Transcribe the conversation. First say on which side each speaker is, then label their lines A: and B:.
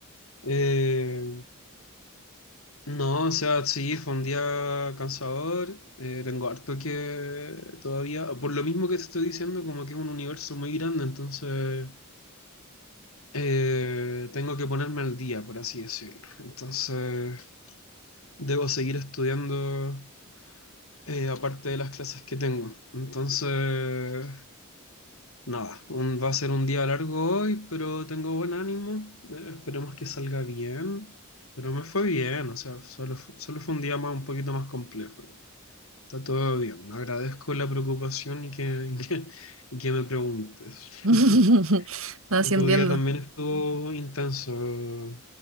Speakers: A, on the left (about 70°); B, on the right (about 65°).
A: Eh, no, o sea, sí, fue un día cansador. eh, tengo harto que todavía, por lo mismo que te estoy diciendo, como que es un universo muy grande, entonces... eh, tengo que ponerme al día, por así decirlo. Entonces, debo seguir estudiando eh, aparte de las clases que tengo. Entonces, nada, un- va a ser un día largo hoy, pero tengo buen ánimo. Eh, esperemos que salga bien. Pero me fue bien, o sea, solo, fu- solo fue un día más, un poquito más complejo, ¿no? Está todo bien. Agradezco la preocupación y que, <laughs> y que, y que me preguntes.
B: <laughs>
A: <laughs>
B: No, sí
A: Tu
B: entiendo.
A: día también estuvo intenso,